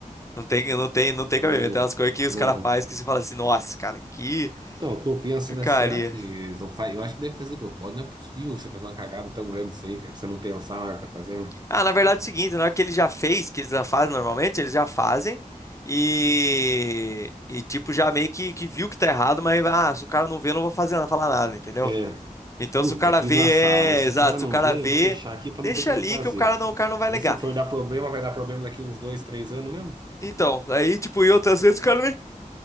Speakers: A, on the left; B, on the right.
A: Não tem, não tem, não tem
B: Meu
A: cabimento. Tem umas
B: Deus.
A: coisas que os
B: Não,
A: caras fazem que você fala assim, nossa, cara, que
B: Então, o que eu penso,
A: porcaria.
B: né? Será que eles não faz? Eu acho que deve fazer propósito. Não é possível você fazer uma cagada tão grande assim, cara. Você não pensar na hora que tá fazendo.
A: Ah, na verdade é o seguinte, na hora que ele já fez, que eles já fazem normalmente, eles já fazem e, e tipo, já meio que, que viu que tá errado, mas ah, se o cara não vê, eu não vou fazer nada, falar nada, entendeu?
B: É,
A: Então
B: puta,
A: se o cara
B: fiz
A: vê,
B: na sala,
A: é,
B: mas se
A: exato,
B: o cara não
A: se o cara
B: vê,
A: vê,
B: eu vou deixar aqui pra
A: deixa
B: não ter que refazer.
A: ali que o cara não, o cara não vai
B: Aí
A: ligar.
B: se for dar problema, vai dar problema daqui uns dois, três anos mesmo?
A: Então, aí, tipo, eu outras vezes o cara nem,